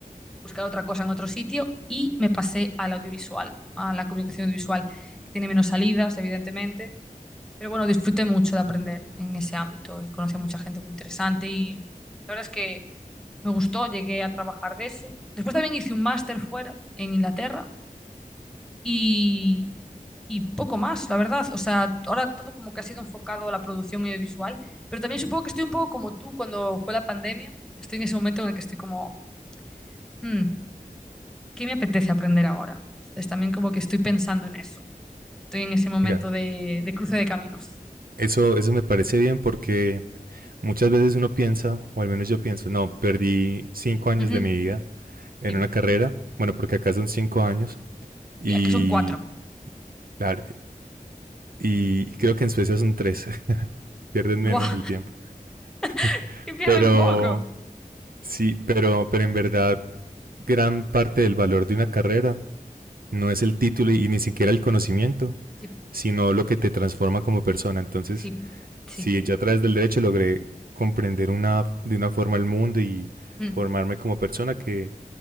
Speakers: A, in the centre; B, on the right.
A: buscar otra cosa en otro sitio y me pasé al audiovisual, a la comunicación audiovisual, que tiene menos salidas, evidentemente. Pero bueno, disfruté mucho de aprender en ese ámbito y conocí a mucha gente muy interesante y la verdad es que me gustó, llegué a trabajar de eso. Después también hice un máster fuera, en Inglaterra, y, y poco más, la verdad. O sea, ahora todo como que ha sido enfocado a la producción audiovisual, pero también supongo que estoy un poco como tú cuando fue la pandemia. Estoy en ese momento en el que estoy como, "Hmm, ¿qué me apetece aprender ahora? Entonces también como que estoy pensando en eso. Estoy en ese momento
B: mira,
A: de, de cruce de caminos.
B: eso, eso me parece bien porque Muchas veces uno piensa, o al menos yo pienso, no, perdí cinco años
A: Ujú.
B: de mi vida en
A: Sí,
B: una carrera, bueno, porque acá son cinco años y,
A: sí, es que son cuatro.
B: la- y creo que en Suecia son tres, <laughs> pierden menos
A: Buah,
B: el tiempo.
A: <laughs>
B: <laughs>
A: que pierden
B: Pero
A: poco.
B: sí, pero, pero en verdad, gran parte del valor de una carrera no es el título y ni siquiera el conocimiento,
A: Sí,
B: sino lo que te transforma como persona. Entonces,
A: sí, sí.
B: si yo a través del derecho logré comprender una, de una forma el mundo y
A: Ujú.
B: formarme como persona que